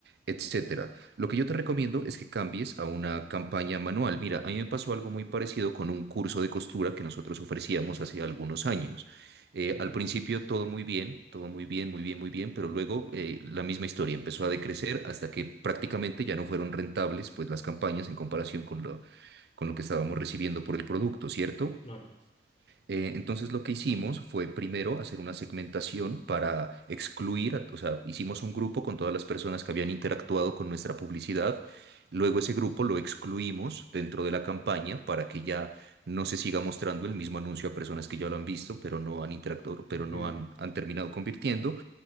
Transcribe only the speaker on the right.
etcétera. Lo que yo te recomiendo es que cambies a una campaña manual. Mira, a mí me pasó algo muy parecido con un curso de costura que nosotros ofrecíamos hace algunos años. Eh,
al principio todo muy bien, todo muy bien, muy bien, muy bien, pero luego eh, la misma historia empezó a decrecer hasta que prácticamente ya no fueron rentables pues las campañas en comparación con lo, con lo que estábamos recibiendo por el producto, ¿cierto?
Eh, entonces lo que hicimos fue primero hacer una segmentación para excluir, a- o sea, hicimos un grupo con todas las personas que habían interactuado con nuestra publicidad, luego ese grupo lo excluimos dentro de la campaña para que ya no se siga mostrando el mismo anuncio a personas que ya lo han visto, pero no han interactuado, pero
no han, han terminado convirtiendo,